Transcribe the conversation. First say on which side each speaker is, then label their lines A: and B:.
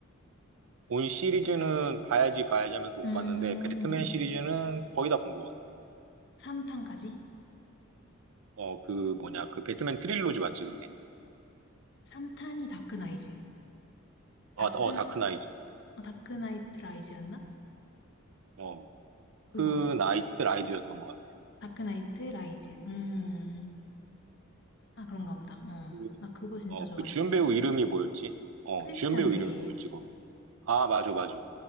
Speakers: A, on the right; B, on the left.
A: 본 시리즈는 봐야지 봐야지 하면서 못
B: 음,
A: 봤는데 배트맨 시리즈는 거의 다 본 것 같아.
B: 3탄까지?
A: 어, 그 뭐냐 그 배트맨 트릴로지 맞지 그게?
B: 3탄이 다크나이즈.
A: 아,
B: 다크,
A: 어, 다크 나이즈.
B: 아, 다크나이트 라이즈였나?
A: 어,
B: 그거.
A: 그 나이트 라이즈였던 것 같아.
B: 다크나이트 라이즈. 음, 음, 음. 아, 그런가 보다. 어.
A: 그,
B: 나 그거 진짜
A: 어,
B: 좋아했고.
A: 그 주연 배우 이름이 뭐였지? 어,
B: 크리스찬
A: 주연 배우
B: 베일.
A: 이름이 뭐였지? 아, 맞아, 맞아.